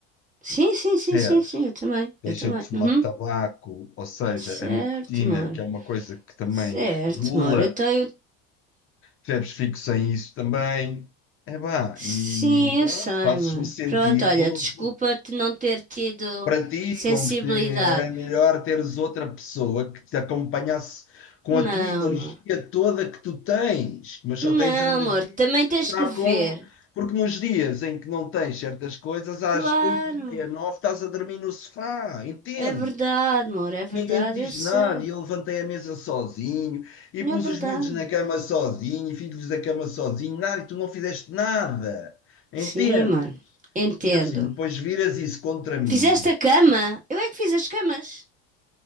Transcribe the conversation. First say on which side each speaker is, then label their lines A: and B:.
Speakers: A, on the right; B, on the left.
A: Sim, sim,
B: percebes?
A: sim, sim, sim, eu também.
B: Deixa
A: Eu também.
B: de fumar
A: Uhum.
B: tabaco, ou seja,
A: Certo,
B: a nicotina,
A: amor.
B: que é uma coisa que também
A: Certo,
B: estimula,
A: amor. Eu tenho
B: percebes? Fico sem isso também. É pá,
A: Sim,
B: e pronto,
A: eu sei,
B: fazes-me
A: amor.
B: sentir
A: Pronto, olha,
B: como
A: desculpa-te
B: um pouco
A: não ter tido
B: para ti,
A: sensibilidade.
B: como se era melhor teres outra pessoa que te acompanhasse com
A: Não,
B: a tua energia
A: amor.
B: toda que tu tens, mas
A: Não,
B: só tens energia,
A: amor, também
B: a gente
A: tens
B: sabe
A: que ver.
B: como, porque nos dias em que não tens certas coisas, às
A: Claro,
B: oito e meia, nove, estás a dormir no sofá, entende?
A: é verdade, amor, é verdade,
B: E Ninguém te diz
A: eu sei.
B: nada, e eu levantei a mesa sozinho, e pus
A: é verdade.
B: os miúdos na cama sozinho, e fiz-lhes a cama sozinho, nada, e tu não fizeste nada, entende?
A: Sim, amor, entendo.
B: Ainda por cima, depois viras isso contra mim,
A: Fizeste a cama? Eu é que fiz as camas.